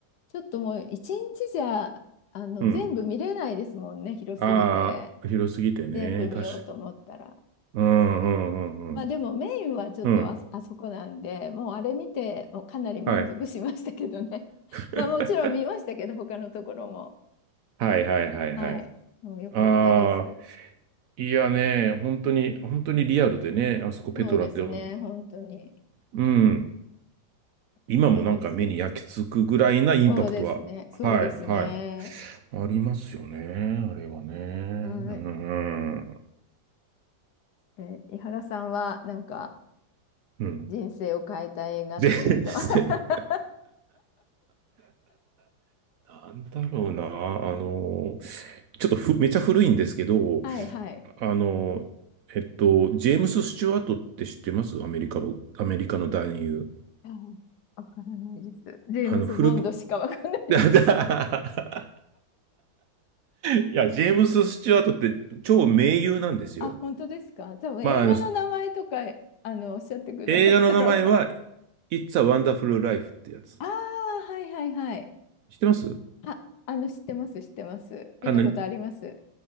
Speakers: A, on the left; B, on the right.
A: ちょっともう、一日じゃ、あの、
B: ん。
A: 全部見れないですもんね、広すぎて。
B: ああ、広すぎてね。
A: 全部見ようと思ったら。
B: 確か。うんうんうん
A: まあでもメインはちょっとあ、
B: うん。うん。
A: あそこなんで、もうあれ見て、もうかなり満足しましたけどね。
B: はい。
A: <laughs> まあもちろん見ましたけど、
B: <laughs>
A: 他のところも。
B: はいはいはいはい。
A: はい。もう良かったです。
B: ああ、いやね、本当に、本当にリアルでね、あそこペトラって、
A: そうですね。本当に良か
B: うん。今もなんか目に焼き付くぐらいなインパクトは、
A: ったです。そうですね。そうですね。
B: はい、はい。ありますよね、あれはね。
A: はい。
B: うん。
A: え、井原さんはなんか
B: うん。
A: 人生を変えた映画っていうと
B: で、<laughs>
A: <laughs>
B: なんだろうな、あの、ちょっとふ、めちゃ古いんですけど、
A: はいはい。
B: あの、えっと、ジェームス・スチュワートって知ってますアメリカの、アメリカの男優。
A: あ、わからないです。ジェームス・
B: あの、古き、
A: ボンドしかわかんないです。
B: <laughs> いや、ジェームス・スチュワートって超名優なんですよ。
A: あ、本当ですか。多分映画の名前とか、
B: まあ、あの、
A: あの、おっしゃってくださったらわかる。
B: 映画の名前は、It's a Wonderful Life ってやつ。
A: ああ、はいはいはい。
B: 知ってます
A: あ、あの、知ってます、知ってます。見たことあります。
B: あの、